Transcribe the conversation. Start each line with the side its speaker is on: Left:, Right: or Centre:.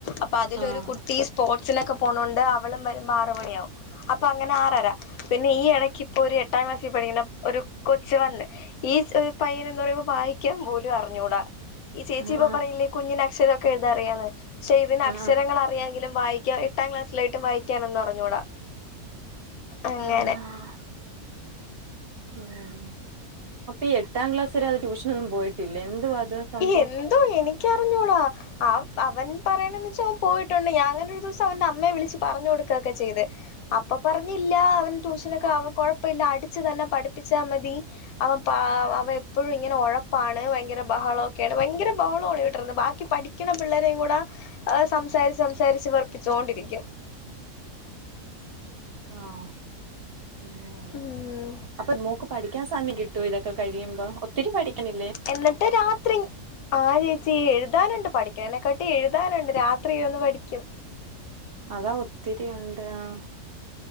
Left: അപ്പൊ അതിലൊരു
Right: ആഹ്
Left: കുട്ടി പോർട്സിനൊക്കെ പോണൊണ്ട് അവളും വരുമ്പ ആറ് മണിയാവും അപ്പൊ അങ്ങനെ ആറരാ പിന്നെ ഈ ഇടക്ക് ഇപ്പോ ഒരു എട്ടാം ക്ലാസീപടിക്കണ ഒരു കൊച്ച് വന്ന് ഈ പയ്യന് എന്ന് പറയുമ്പോ വായിക്കാൻ പോലും അറിഞ്ഞൂടാ ഈ ചേച്ചി
Right: ആഹ്
Left: ഇപ്പൊ പറഞ്ഞില്ലേ കുഞ്ഞിന് അക്ഷരമൊക്കെ എഴുതായറിയാന്ന് പക്ഷേ ഇതിന് അക്ഷരങ്ങൾ
Right: ആഹ്
Left: അറിയാെങ്കിലും വായിക്കാ ട്ടാം ക്ലാസ്സിലായിട്ടും വായിക്കാനൊന്നും അറിഞ്ഞൂടാ അങ്ങനെ.
Right: ആഹ് ഉം അപ്പൊ ഈ എട്ടാം ക്ലാസ് വരെ അത് ട്യൂഷനൊന്നും പോയിട്ടില്ലേ എന്തുവാ അത്? സംഭവം
Left: എന്തോ എനിക്കറിഞ്ഞൂടാ അവ അവൻ പറയണന്ന് വെച്ചാ അവൻ പോയിട്ടുണ്ട് ഞാനങ്ങനെ ഒരു ദിവസം അവന്റെ അമ്മയെ വിളിച്ച് പറഞ്ഞു കൊടുക്കുകയൊക്കെ ചെയ്ത് അപ്പൊ പറഞ്ഞില്ലാ അവൻ ട്യൂഷനൊക്കെ അവൻ കുഴപ്പല്ല അടിച്ചു തന്നെ പഠിപ്പിച്ചാ മതി അവൻ പാ എപ്പോഴും ഇങ്ങനെ ഉഴപ്പാണ് ഭയങ്കര ബഹളം ഒക്കെയാണ് ഭയങ്കര ബഹളമാണ് വീട്ടീന്ന് ബാക്കി പഠിക്കണ പിള്ളരേയും കൂടെ ആഹ് സംസാരിച്ച് സംസാരിച്ച് വെറ്പ്പിച്ചോണ്ടിരിക്കും
Right: ആഹ് ഉം
Left: ഉം
Right: അപ്പ മോക്ക് പഠിക്കാ സമ കിട്ട ട്ടു ഇതൊക്കെ കഴിയുമ്പോ തിരി പഠിക്കുന്നി
Left: എന്നിട്ട് രാത്രി ആഹ് ചേച്ചി എഴുതാനുണ്ട് പഠിക്കണേണക്കാട്ടി എഴുതാനുണ്ട് രാത്രി ഇരുന്ന് പഠിക്കും
Right: അതാ ഒത്തിരി ഉണ്ട് ആഹ്